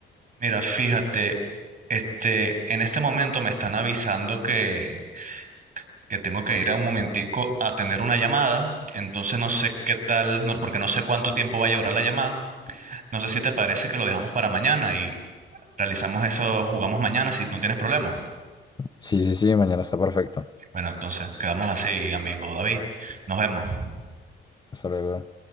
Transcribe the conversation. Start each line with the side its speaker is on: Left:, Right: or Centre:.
Right: Mira, fíjate, este, en este momento me están avisando que que tengo que ir a un momentico a atender una llamada. Entonces no sé qué tal, no, porque no sé cuánto tiempo vaya a durar la llamada. No sé si te parece que lo dejamos para mañana y realizamos eso, jugamos mañana si no tienes problema.
Left: Sí, sí, sí, mañana está perfecto.
Right: Bueno, entonces quedamos así, amigo David. Nos vemos.
Left: Hasta luego.